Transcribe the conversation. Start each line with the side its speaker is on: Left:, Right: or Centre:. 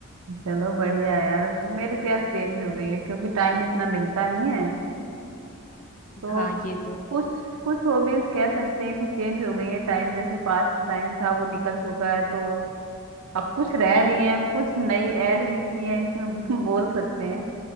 Right: चलो बढ़िया है यार मेरी तो यार चेंज हो गई है क्योंकि टाइम इतना मिलता नहीं है तो
Left: हाँ ये तो
Right: कुछ कुछ हॉबीज कह सकते हैं कि चेंज हो गई है टाइम जैसे पास टाइम था वो निकल चुका है तो अब कुछ रह रही है कुछ नई ऐड भी की है इसमें <laughs> बोल सकते हैं